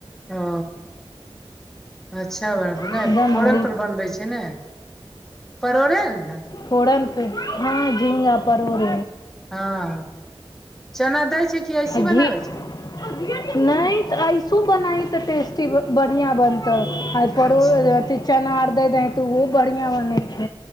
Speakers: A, in the centre; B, on the left.
A: ओ अच्छा ब नहि
B: एकदम
A: फोरन
B: हरी
A: पर बनबै छै ने परोड़े ने
B: फोड़न्त हँ झिङ्गा-परोर
A: हँ, चना दैत छै कि अइसहीं
B: घी
A: बनबैत छै?
B: नहि तऽ ऐसो बनाय तऽ टेस्टी बढ़िया बनत
A: अच्छा
B: चना दऽ दे तऽ बढ़िया बनत।